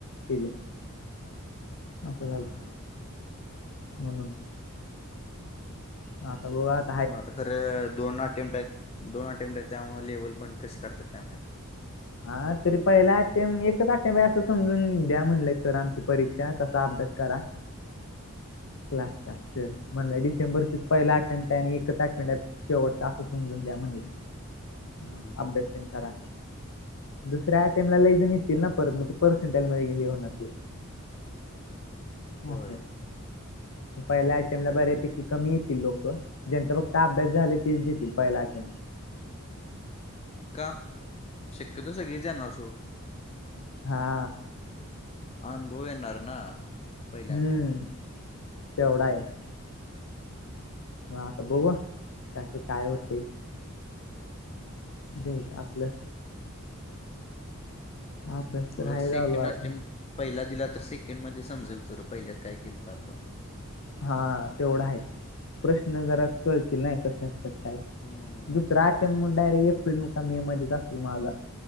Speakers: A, on the left; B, on the left.
A: तेज असं
B: हा
A: झालत.
B: हा. हा.
A: म्हणून हाता ब
B: मग आता खरं दोन अटेम्प्ट आहेत दोन अटेम्प्ट आहेत त्यामु लेवल पण कशी काढतात काय माहत.
A: हा तरी पहिला आठे एकच आठेबा असं समजून द्या म्हणलंय सर आमची परीक्षा तसा अभ्यास करा. क्लास सर म्हणलं डिसेंबर पहिला अटेमप्ट आहे आणि एकच अटे शेवटत असं समजून द्या म्हणलं ह
B: हम्म
A: अभ्यास
B: हम्म.
A: करा. दुसऱ्या अटेमला लैजन येतील ना परतज ते पर्सेंटेजध्ये हे होणार.
B: होय.
A: ह पहिला आ टामला बऱ्यापैकी कमी येतील लोक ज्यांचा फक्त अभ्यास झालाय तेच देतील पहिला आखेन
B: का शक्यतो सगळीच येणार सोड-
A: हा.
B: अनुभव येणार ना. पहिल्या
A: हम्म
B: अटेम्प्ट मध्ये
A: तेवढा आहे. म आता बघ त्याचं काय होते.
B: हम्म
A: ज आपलं अभ्यास तर
B: उलट
A: हाय
B: सेकंड
A: चालू आता
B: अटेम्ट पहिला दिला तर सेकंड मध्ये समजेल तर पहिल्यात काय केलं तर आपण.
A: हा तेवढा आहे प्रश्न जरा कळतील नाही कस
B: हम्म
A: दुसरा अटेम म्हडरे एप्रिल का मे मध्येच असेल माझा